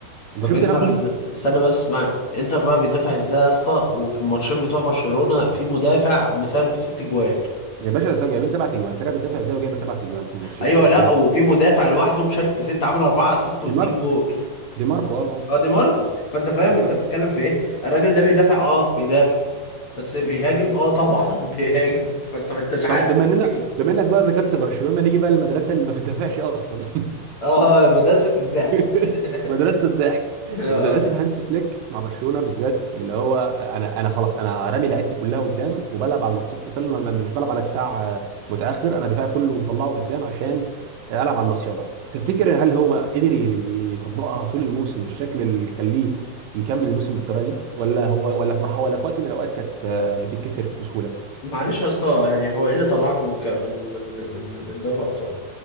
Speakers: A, on the right; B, on the left.
A: انت
B: طب
A: شفت
B: انتر
A: نابولي
B: إز- استنى بس اسمعني انتر بقى بيدافع ازاي يا اسطى وفي الماتشين بتوع برشلونة في مدافع مساهم في ست جوان
A: يا باشا سا- جايبين سبع تجوان فرقه بتدافع ازاي وجايبه سبع تجوان في الماتشين
B: ايوه
A: ازاي
B: لا وفي
A: يعني؟
B: مدافع لوحده مشارك في ست عامل اربعة اسيست واتنين
A: دي ماركو
B: جول
A: دي ماركو اه آه،
B: اه دي ماركو فانت فاهم
A: بالظبط
B: انت بتتكلم في ايه الراجل ده بيدافع اه بيدافع بس بيهاجم اه طبعا <laughs> بيهاجم فانت ما انتش عارف
A: طب بما اننا
B: تفتكر.
A: بما انك بقى ذكرت برشلونه نيجي بقى للمدرسه اللي ما بتدافعش اصلا <laughs>
B: اه مدرسة الضحك
A: <laughs>
B: <laughs>
A: مدرسة الضحك
B: اه
A: مدرسة هانس فليك مع برشلونة بالذات اللي هو انا انا خلاص انا رامي لعبتي كلها قدام وبلعب على مصيدة التسلل ما- مش بلعب على دفاع آه، متأخر انا دفاعي كله مطلعه قدام عشان العب على المصيدة تفتكر هل هو قدر ي- يطبقها طول الموسم بالشكل اللي يخليه يكمل الموسم بالطريقة دي ولا هو ولا في مرحلة ولا في وقت من الاوقات كانت آه، بتتكسر بسهولة
B: معلش يا اسطى يعني هو ايه اللي طلعك من ك- من من من من دوري الابطال